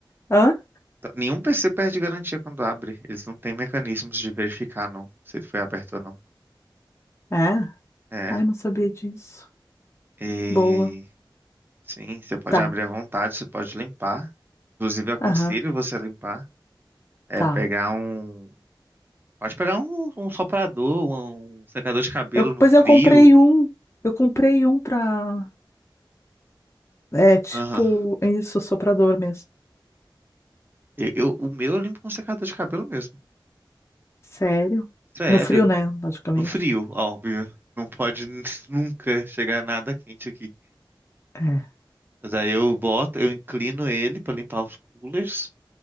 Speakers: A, on the left; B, on the right.
A: Hã?
B: Então, Nenhum PC perde garantia quando abre. Eles não têm mecanismos de verificar, não, se ele foi aberto ou não.
A: É?
B: É.
A: Ai, não sabia disso.
B: E
A: Boa.
B: sim, você pode
A: Tá.
B: abrir à vontade, você pode limpar. Inclusive, eu aconselho
A: Aham.
B: você a limpar. É
A: Tá.
B: pegar um. Pode pegar um, um soprador, um um secador de cabelo
A: Eu, pois
B: no frio.
A: eu comprei um. Eu comprei um pra. É tipo,
B: Aham.
A: isso, soprador mesmo.
B: Eu, eu- o meu eu limpo com secador de cabelo mesmo.
A: Sério?
B: Sério.
A: No frio, né? Logicamente.
B: No frio, óbvio. Não pode n- <laughs> nunca chegar nada quente aqui.
A: É.
B: Mas aí eu boto, eu inclino ele pra limpar os coolers.